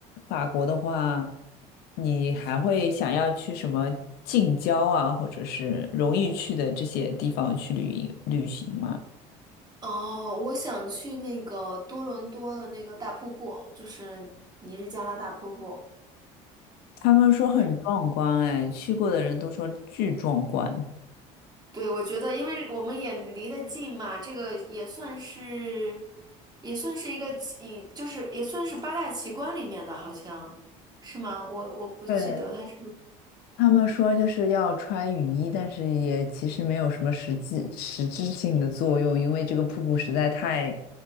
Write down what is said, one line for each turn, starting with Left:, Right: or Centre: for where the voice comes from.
Left: 法国的话，你还会想要去什么近郊啊，或者是容易去的这些地方去旅游旅行吗？
Right: 哦，我想去那个多伦多的那个大瀑布，就是尼日加拉大瀑布。
Left: 他们说很壮观，
Right: 嗯，
Left: 哎，去过的人都说巨壮观。
Right: 对，我觉得因为我们也离得近嘛，这个也算是也算是一个奇，就是也算是八大奇观里面的，好像是吗？我我不记得它是不是。
Left: 对，他们说就是要穿雨衣，但是也其实没有什么实际实质性的作用，因为这个瀑布实在太，